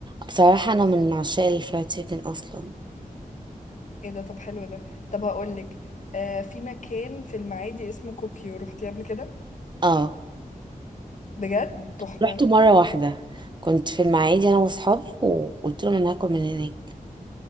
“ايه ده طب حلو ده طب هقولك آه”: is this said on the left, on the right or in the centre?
Left